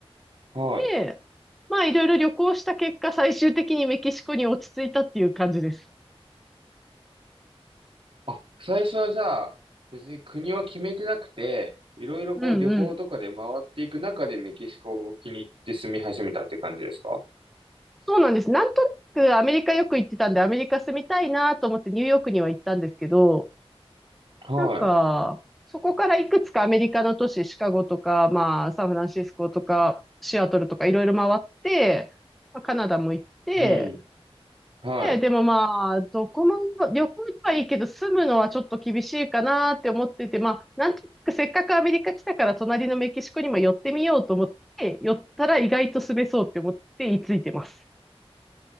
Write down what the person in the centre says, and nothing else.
で、まあいろいろ旅行した結果、最終的にメキシコに落ち着いたっていう感じです。
うんうん。そうなんです。なんとなくアメリカよく行ってたんで、アメリカ住みたいなと思ってニューヨークには行ったんですけど、
なんか、そこからいくつかアメリカの都市、シカゴとか、まあ、サンフランシスコとか、シアトルとかいろいろ回って、まあカナダも行って、
ね、でもまあ、どこも、旅行はいいけど、住むのはちょっと厳しいかなって思ってて、まあ、なんとなくせっかくアメリカ来たから、隣のメキシコにも寄ってみようと思って、寄ったら意外と住めそうって思って居ついてます。